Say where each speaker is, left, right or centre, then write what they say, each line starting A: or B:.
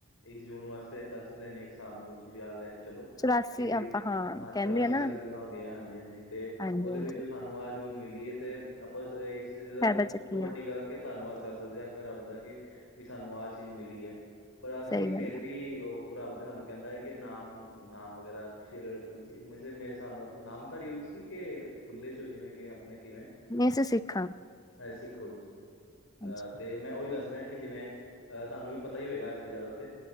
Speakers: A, on the left (about 85°); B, on the left (about 20°).
A: ਇਸ ਜੂਨ ਵਾਸਤੇ ਤਰਸਦੇ ਨੇ। ਇੱਕ ਹਿਸਾਬ ਨਾਲ ਤੁਸੀਂ ਆ ਲੈ ਤੇ ਚਲੋਂ।
B: ਚੁਰਾਸੀ
A: ਕਿ ਬਈ
B: ਆਪਾਂ
A: ਹਾਂ
B: ਕਹਿੰਦੇ
A: ਚੁਰਾਸੀ
B: ਆ ਨਾ
A: ਲੱਖ ਜੂਨਾ ਹੁੰਦੀਆਂ। ਹਾਂਜੀ- ਹਾਂਜੀ ਤੇ
B: ਹਾਂਜੀ
A: ਉਹਦੇ
B: ਹਾਂਜੀ
A: ਵਿੱਚੋਂ ਸਾਨੂੰ ਆਹ ਜੂਨ ਮਿਲੀ ਏ, ਤੇ ਆਪਾਂ ਇਸ ਇਹ
B: ਫਾਇਦਾ
A: ਸਭ
B: ਚੱਕੀ
A: ਤੋਂ ਵੱਡੀ
B: ਆ
A: ਗੱਲ ਕਿ ਧੰਨਵਾਦ ਕਰ ਸਕਦੇ ਆ। ਆਪਣੇ ਰੱਬ ਦਾ ਕੇ, ਵੀ ਸਾਨੂੰ ਆਹ ਚੀਜ਼ ਮਿਲੀ ਐ। ਪਰ ਅਸੀਂ,
B: ਸਹੀ ਗੱਲ
A: ਫੇਰ
B: ਆ
A: ਵੀ ਉਹ ਉਹ ਰੱਬ ਤੇ ਸਾਨੂੰ ਕਹਿੰਦਾ ਐ, ਕਿ ਨਾਮ। ਨਾਮ ਵਗੈਰਾ ਤੇ ਫੇਰ ਜਾ, ਮੇਰੇ ਹਿਸਾਬ ਨਾਲ। ਨਾਮ ਧਾਰੀ ਹੋ ਤੁਸੀਂ? ਕਿ ਖੁੱਲੇ ਚੋਂ, ਜਿਵੇਂ ਕਿ ਆਪਣੇ ਕਿਵੇਂ?
B: ਨਹੀਂ ਅਸੀਂ ਸਿੱਖਾਂ
A: ਹ ਸਿੱਖੋ ਤੁਸੀਂ,
B: ਹਾਂਜੀ
A: ਅਹ ਤੇ ਮੈਂ ਉਹੀ ਦੱਸ ਰਿਹਾ, ਕਿ ਜਿਵੇ ਅਹ ਤੁਹਾਨੂੰ ਵੀ ਪਤਾ ਹੀ ਹੋਏਗਾ। ਇਹ ਚੀਜ਼ਾਂ ਦਾ ਤੇ